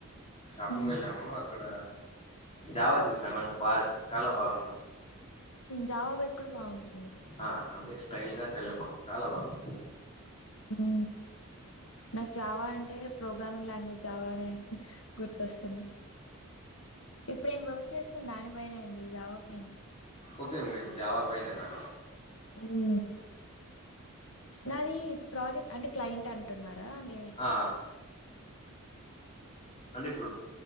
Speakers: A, on the left; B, on the left.
A: షాపింగ్
B: హ్మ్.
A: వెళ్ళాము అ అక్కడ జావా చూసాను బాగా చాలా బాగుందం
B: జాబ్ ఎక్కడ బావుంటుంది
A: ఆ అంటే స్టైల్ గా చాలా బా చాలా బా <inaudible>
B: ఊ నాకు జావా అంటే ప్రోగ్రామింగ్ లాంగ్వేజ్ జావానే గుర్తొస్తుంది ఇప్పుడేను వర్క్ చేస్తుంది దానిపైనే అండి జావా పైనే.
A: ఓకే మీరు జవా పైనే నా
B: ఊ నాది ప్రాజె అంటే క్లయింట్ అంటున్నారా అండే
A: ఆ అంటే ఇప్పుడు